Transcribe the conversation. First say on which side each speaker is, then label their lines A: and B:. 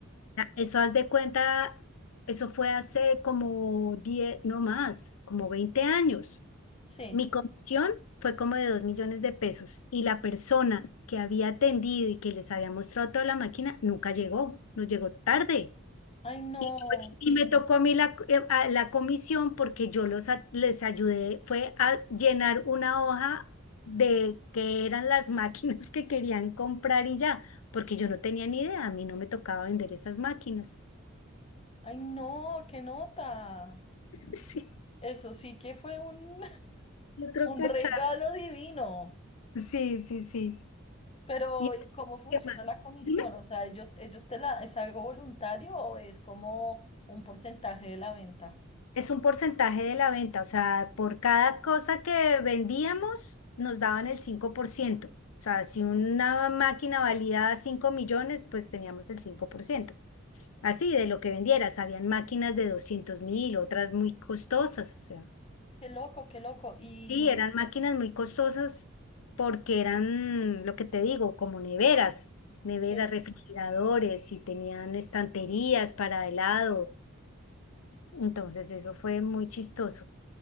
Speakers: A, on the left (about 85°); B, on the left (about 30°).
A: Ah, Eso haz de cuenta, eso fue hace como 10 no más, como 20 años.
B: Sí.
A: Mi comisión fue como de dos millones de pesos y la persona que había atendido y que les había mostrado toda la máquina nunca llegó, nos llegó tarde.
B: Ay, no.
A: Y, <laughs> y me tocó a mí la, eh, a- la comisión porque yo los, a- les ayudé, fue a llenar una hoja de qué eran las <laughs> máquinas que querían comprar y ya, porque yo no tenía ni idea, a mí no me tocaba vender esas máquinas.
B: Ay, no, qué nota.
A: Sí,
B: Eso sí que fue un
A: otro
B: Un
A: cacharro.
B: regalo divino.
A: Sí, sí, sí.
B: Pero,
A: ¿Y
B: ¿y cómo funciona
A: qué más?
B: la comisión?
A: Dime.
B: O sea, ellos, ellos te la, ¿es algo voluntario o es como un porcentaje de la venta?
A: Es un porcentaje de la venta, o sea, por cada cosa que vendíamos nos daban el 5%. O sea, si una máquina valía cinco millones, pues teníamos el 5%. Así, de lo que vendieras, habían máquinas de doscientos mil, otras muy costosas, o sea.
B: Qué loco, qué loco. Y
A: Sí, eran máquinas muy costosas porque eran, lo que te digo, como neveras, neveras,
B: sí,
A: refrigeradores y tenían estanterías para helado. Entonces eso fue muy chistoso,